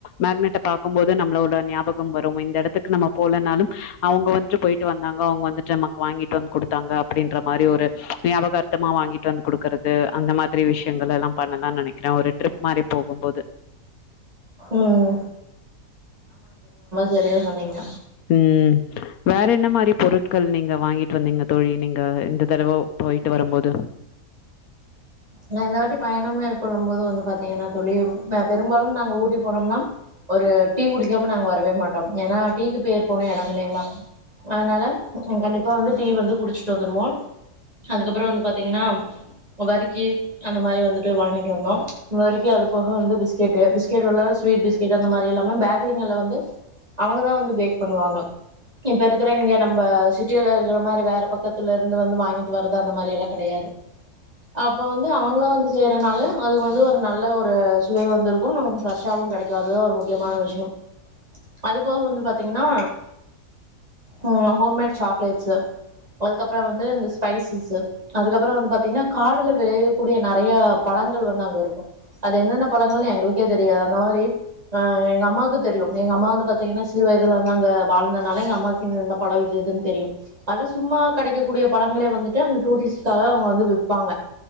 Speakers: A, on the left; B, on the right.
A: மேக்னெட்ட பாக்கும் போது நம்மளோட ஞாபகம் வரும் இந்த இடத்துக்கு நம்ம போலனாலு அவுங்க வந்ட்டு போயிட்டு வந்தாங்க அவங்க வந்துட்டு நமக்கு வாங்கிட்டு வந்து குடுத் த்தாங்க அப்பிடின்ற மாரி ஒரு ஞாபகர்த்தமா வாங்கிட்டு வந்து குடுக்கறது அந்த மாதிரி விஷயங்கள் எல்லா பண்ணலாம்னு நெனைக்கிறே ஒரு ட்ரிப் மாரி போகும்போது
B: ம் சேரியா சொன்னீங்க
A: ம் வேற என்ன மாரி பொருட்கள் நீங்க வாங்கிட்டு வந்தீங்க தோழி நீங்க இந்த தரவ போயிட்டு வரும்போது
B: நா இந்த வாட்டி பயணம் மேற்கொள்ளும் போது வந்து பாத்தீங்கன்னா தோழி மெ பெரும்பாலு நாங்க ஊட்டி போனோம்னா ஒரு டீ குடிக்காம நாங்க வரவே மாட்டோ ஏன்னா டீக்கு பேர் போன இடம் இல்லிங்களா அனால கண்டிப்பா வந்து டீ வந்து குடிச் குடுச்சுட்டு வந்துருவோம் அதுக்கப்புறோ வந்து பாத்தீங்கன்னா வறுக்கி அந்த மாரி வந்துட்டு வாங்கிட்டு வந்தோ வறுக்கி அது போக வந்து பிஸ்கெட்டு பிஸ் பிஸ்கெட்டு வெல்லா ஸ்வீட் பிஸ்கெட் அந்த மாரி இல்லாம பேக்கரிங்கள்ல வந்து அவங்கதா வந்து பேக் பண்ணுவாங்க இப்ப இருக்குற இங்க நம்ப சிட்டியில இருக்குற மாரி வேற பக்கத்துல இருந்து வந்து வாங்கிட்டு வறது அந்த மாரி எல்லா கெடையாது அப் அப்போ வந்து அவங்களா வந்து செய்யறனால அதுக்கு வந்து ஒரு நல்ல ஒரு சுவை வந்து இருக்கு நமக்கு ஃப்ரெஷ்ஷாவு கெடைக்கு அதுதா ஒரு முக்கியமான விஷ்யோம் அது போக வந்து பாத்தீங் கன்னா அ ஹோம்மேட் சாக்லேட்ஸ்ஸு அதுக்கப்புறோ வந்து இந்த ஸ்பைசஸ்ஸு அதுக்கப்புறோ வந்து பாத்தீங்கன்னா காடுல விளையக்கூடிய நறையா பழங்கள் வந்து அங்க இருக்கு அது என்னென்ன பழங்கள்ன்னு எங்களு க்கே தெரியாது அந்த மாரி ஆ எங்க அம்மாக்கு தெரியு எங்க அம்மா வந்து பாத்தீங்கன்னா சிறு வயிதுல வந்து அங்க வாழ்ந்தனால எங்க அம்மாக்கு இந்த இந்த பழோ இது இதுன் தெரியு அதா சும்மா கெடைக்கூடிய பழங்களே வந்துட்டு அங்க டூரிஸ்ட்காக அவங்க வந்து விப்பாங்க